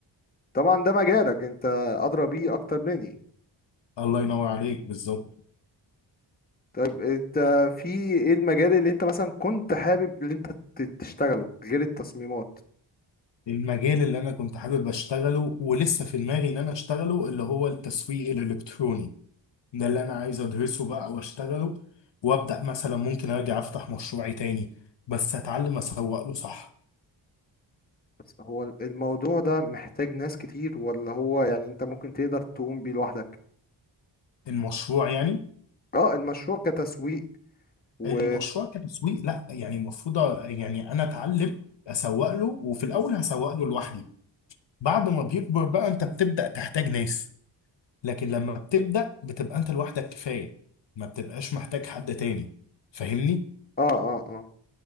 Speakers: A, on the left (about 20°); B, on the left (about 65°).
A: طبعا ده مجالك انت ادرى بيه اكتر مني
B: الله ينور عليك بالظبط
A: طيب انت في ايه المجال اللي انت مثلا كنت حابب اللي انت ت- تشتغله غير التصميمات
B: المجال اللي انا كنت حابب اشتغله ولسه في دماغي ان انا اشتغله اللي هو التسويق الالكتروني ده اللي انا عايز ادرسه بقى واشتغله وابدا مثلا ممكن ارجع افتح مشروعي تاني بس اتعلم اسوق له صح
A: بس هو الموضوع ده محتاج ناس كتير ولا هو يعني انت ممكن تقدر تقوم بيه لوحدك
B: المشروع يعني
A: اه المشروع كتسويق و
B: المشروع كتسويق لا يعني المفروض أ- يعني انا اتعلم اسوق له وفي الاول هسوق له لوحدي بعد ما بيكبر بقى انت بتبدا تحتاج ناس لكن لما بتبدا بتبقى انت لوحدك كفايه ما بتبقاش محتاج حد تاني فاهمني
A: اه اه اه